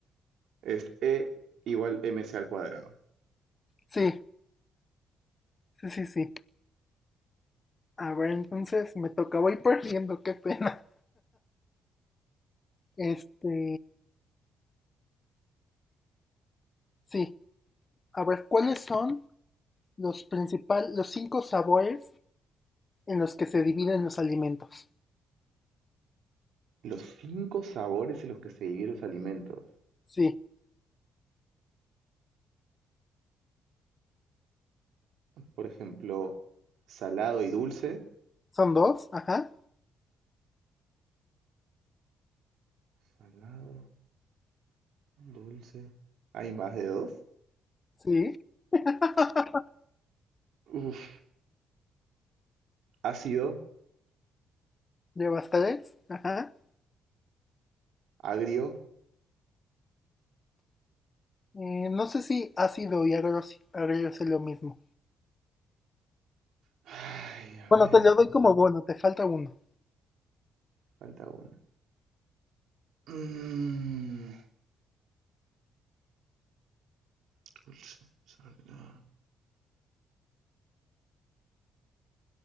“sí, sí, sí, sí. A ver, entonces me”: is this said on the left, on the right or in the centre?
Left